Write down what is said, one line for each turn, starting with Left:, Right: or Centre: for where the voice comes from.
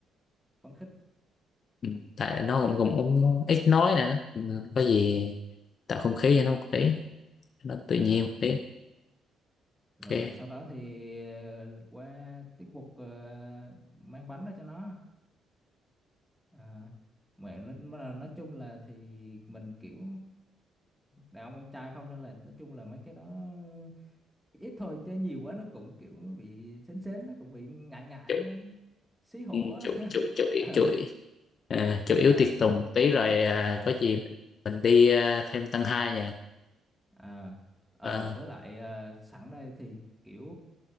Centre: phấn khích
Left: ừm, tại nó cũng cũng, cũng ít nói nè Ừm, có gì tạo không khí cho nó một tí nó tự nhiên
Centre: à
Left: một tí
Centre: rồi
Left: ok
Centre: sau đó thì ờ, qua tiết mục ờ, mang bánh ra cho nó À, mà nói, mà nói chung là thì mình kiểu đàn ông con trai không nên là nói chung là mấy cái đó ít, ít thôi chứ nhiều quá nó cũng kiểu bị sến sến nó cũng bị ngại ngại
Left: chủ
Centre: nó xí hổ
Left: ừm,
Centre: á
Left: chủ chủ chủ
Centre: <laughs>
Left: chủ à, chủ yếu
Centre: Ờ,
Left: tiệc
Centre: ờ,
Left: tùng một tí rồi à,
Centre: ờ,
Left: có gì mình, mình đi à, thêm tăng hai nha
Centre: ờ, ờ,
Left: Ờ,
Centre: với lại ờ, sẵn đây thì kiểu